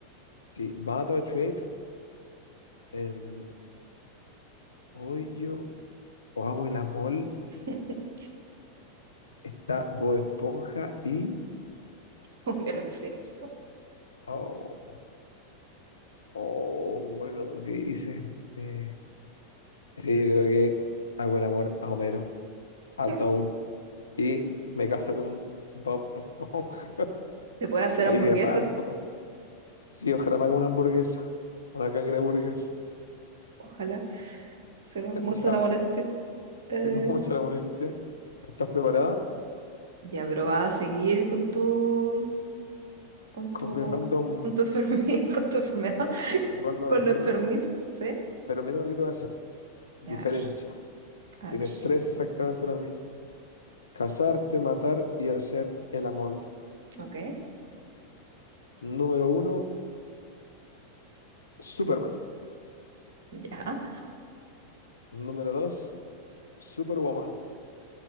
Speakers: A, on the left; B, on the right.
A: sí, mato a Shrek Em, hoy yo o hago el amor,
B: <laughs>
A: está Bob Esponja y...
B: Homero Simpson.
A: Oh, oh, bueno, ¿qué dice? Eh, sí, yo creo que hago el amor a Homero, a
B: <laughs>
A: Dow y me caso con Bob Esponja. <laughs>
B: Se puede hacer
A: Oye,
B: hamburguesas,
A: qué random. esto. Sí, ojalá me haga una hamburguesa, una cangreburger.
B: ojalá. Si no es
A: <laughs>
B: mucho
A: Ya,
B: la molestia. Eh,
A: si no es mucha la molestia. ¿Estás preparada?
B: ya, pero va a seguir con tu, con tu,
A: Con mi random,
B: con tu enfermedad, <laughs> con tu enfermedad,
A: random
B: con
A: enfermo.
B: lo enfermizo, ¿sí?
A: Pero mira lo que te voy a hacer. Diferencia.
B: Ya, a ver, a
A: Tienes
B: ver.
A: tres exactamente lo mismo. Casarte, matar y hacer el amor.
B: Ok,
A: Número uno, Superman.
B: ya,
A: Número dos, Superwoman.